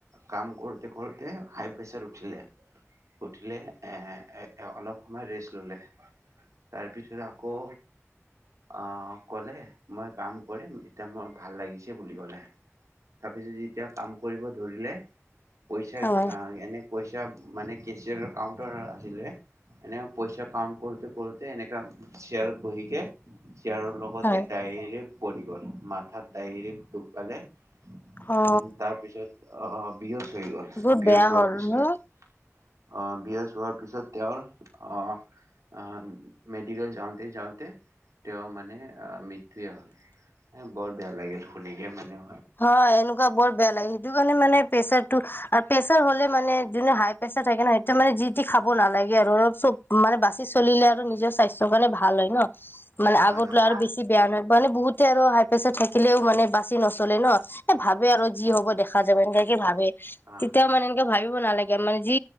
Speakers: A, on the right; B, on the left.
A: কাম কৰোঁতে কৰোঁতে হাই প্ৰেছাৰ উঠিলে উঠিলে এ অলপ সময় ৰেষ্ট ল'লে তাৰপিছত আকৌ অ ক'লে মই কাম কৰিম এতিয়া মোৰ ভাল লাগিছে বুলি ক'লে তাৰ পিছত যেতিয়া কাম কৰিব ধৰিলে। পইচা
B: হয়
A: আ এনে পইচা মানে কেচিয়াৰৰ কাউন্টাৰ আছিলে এনে পইচা কাউন্ট কৰোতে- কৰোতে এনেকে চিয়াৰত বহিকে ইয়াৰৰ লগতে
B: হয়
A: ডাইৰেক্ট গল মাথাত দাইৰেক দুখ পালে।
B: অ
A: হয় তাৰ পিছত অ - অ বিহস হৈ গল
B: বহুত
A: বিহজ
B: বেয়া
A: হোৱা
B: হ'ল
A: পিছত
B: ন
A: অ, বিঅছ হোৱাৰ পিছত তেওৰ অ, আ মেডিকেল যাওতে - যাওতে তেও মানে অ, মৃত্যুৱেই হ'ল। এ বৰ বেয়া লাগিল শুনিকে মানে।
B: হয় এনেকুৱা বৰ বেয়া লাগে। সেইটো কাৰণে মানে প্ৰেছাৰটো প্ৰেছাৰ হ'লে মানে যোনে হাই প্ৰেছাৰ থাকে ন সেইটো মানে যি তি খাব নালাগে আৰু অলপ চব মানে বাচি চলিলে আৰু নিজৰ স্বাস্থ্যৰ কাৰণে ভাল হয় ন। মানে
A: হয়
B: আগত
A: হয়
B: লৈ আৰু বেছি বেয়া নয়। মানে বহুতে আৰু হাই প্ৰেছাৰ থাকিলেও মানে বাচি নচ চলে ন এ ভাবে আৰু যি
A: হয়
B: হব দেখা যাব এনেকে কি ভাবে
A: আহ
B: তেতিয়াও মানে এনেকে ভাবিব। কব নালাগে মানে যি